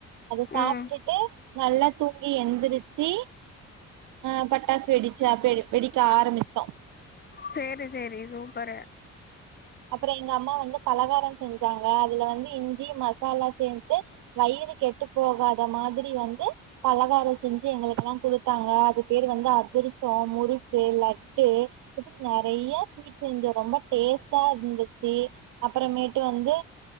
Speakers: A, on the right (about 75°); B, on the left (about 35°).
A: அத சாப்ட்டுட்டு
B: ம்
A: நல்லா தூங்கி எந்திரிச்சு ஆ பட்டாசு வெடிச்சா பெ வெடிக்க ஆரம்பிச்சோ
B: சேரி சேரி சூப்பரு
A: அப்புற எங்க அம்மா வந்து பலகார செஞ்சாங்க அதுல வந்து இஞ்சி மசாலா சேத்து வயிறு கெட்டு போகாத மாதிரி வந்து பலகார செஞ்சு எங்களுக்குல்லா குடுத்தாங்க அது பேரு வந்து அதிரசொ முறுக்கு லட்டு இப்டி நெறைய ஸ்வீட் செஞ்சோ ரொம்ப டேஸ் டா இருந்துச்சு அப்புறமேட்டு வந்து